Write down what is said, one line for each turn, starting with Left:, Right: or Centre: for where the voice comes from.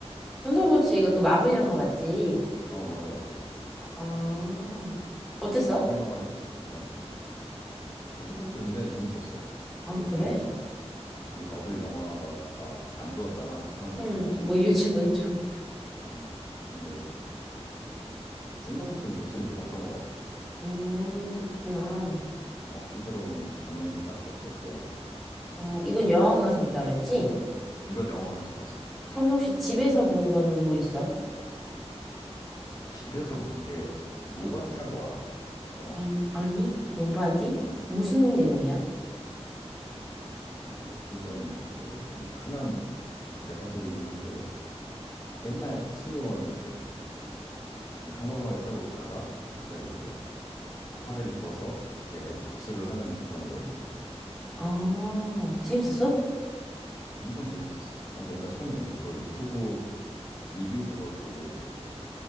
Centre: 손석구치가 그 마블 영화 봤지?
Left: 어, 맞아 맞아. 마블.
Centre: 아, 어땠어?
Left: 마블 영화를 내가 좋아해 썬더볼츠 굉장히 재밌었어.
Centre: 아,
Left: 요즘
Centre: 그래?
Left: 되게 마블 영화가 다 안 좋았잖아, 평이.
Centre: 응. 뭐 요즘은 좀,
Left: 음, 근데 썬더볼츠는 되게 재밌게 봤던 것 같아.
Centre: 음, 그렇구나.
Left: 억지스러운 장면도 딱히 없었고.
Centre: 어, 이건 영화관 가서 봤다 그랬지?
Left: 이건 영화관에서 봤어.
Centre: 그럼 혹시 집에서 본 거는 뭐 있어?
Left: 집에서 본 게 노바디라고 알아? 영화?
Centre: 음, 아니, 노바디?
Left: 아, 그래.
Centre: 무슨 내용이야?
Left: 그게 예전 그 좀 흔한 레퍼토리긴 한데 옛날 특수요원이 이제 그냥 평범하게 살고 있다가 갑자기 이제 화를 입어서 걔가 이제 복수를 하는 그런 내용이야.
Centre: 아, 재밌었어?
Left: 엄청 재밌었어. 아, 그러니까 처음에 이게 그걸 유튜브 리뷰 그걸 보고 이제